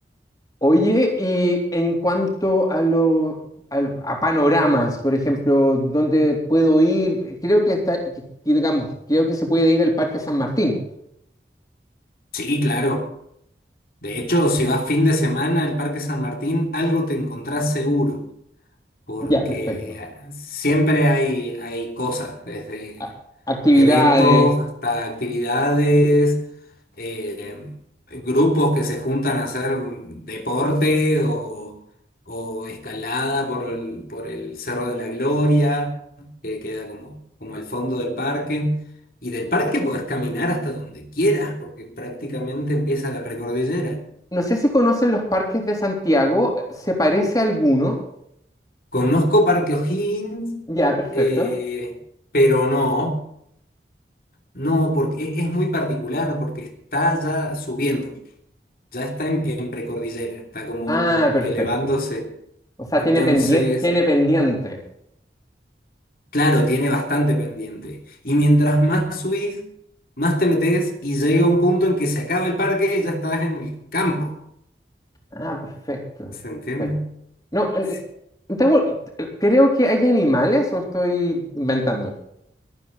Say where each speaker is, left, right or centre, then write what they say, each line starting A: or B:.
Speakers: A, on the left; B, on the left.
A: Oye, y en cuanto a los a panoramas, por ejemplo, ¿dónde puedo ir? Creo que está, que- que digamos, creo que se puede ir al Parque San Martín.
B: Sí, claro. De hecho, si vas fin de semana al Parque San Martín, algo te encontrás seguro, porque
A: Ya, perfecto.
B: siempre hay, hay cosas, desde
A: A- Actividades.
B: eventos, hasta actividades, eh, grupos que se juntan a hacer deporte o, o escalada por el, por el Cerro de la Gloria, que queda como, como el fondo del parque. Y del parque podés caminar hasta donde quieras, porque prácticamente empieza la precordillera.
A: No sé si conocen los parques de Santiago, ¿se parece a alguno?
B: Conozco Parque O'Higgins,
A: Ya, perfecto.
B: eh, pero no, no, porque es es muy particular, porque está ya subiendo. ya está en, en precordillera, está como,
A: Ah,
B: como
A: perfecto.
B: elevándose.
A: O sea,
B: Entonces,
A: tiene pendiente, tiene pendiente.
B: claro, tiene bastante pendiente. Y mientras más subís, más te metes y llega un punto en que se acaba el parque y ya estás en el campo.
A: Ah, perfecto.
B: ¿Se entiende?
A: Perfecto. No, n-
B: Sí.
A: tengo- t- creo que hay animales o estoy inventando.